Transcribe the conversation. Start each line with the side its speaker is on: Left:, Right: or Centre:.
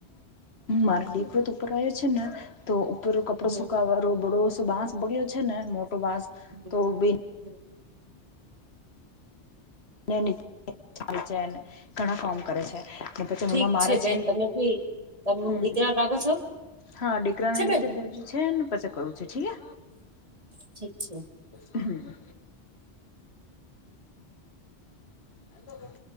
Left: મારા દેખવત ઉપર આવ્યો છે ન તો ઉપરો કપડો
Right: હમ
Left: સુકાવા રો બરોસો બાસ બગ્યો છે ને મોટો બાસ
Right: હમ
Left: તો બેને
Right: હમ.
Left: ને નીચે આવે છે ને ઘણા કામ કરે છે. ને પછી
Right: ઠીક
Left: મમ્મા મારે
Right: છે બેન તમે બી તમે
Left: હમ
Right: <unintelligible> રાખો છો.
Left: હા દીકરાને
Right: ઠીક છે
Left: નીચે
Right: બેન
Left: ભેજ્યું છે ને પછી કરવું છે ઠીક હે.
Right: ઠીક છે.
Left: હામ. હાલો.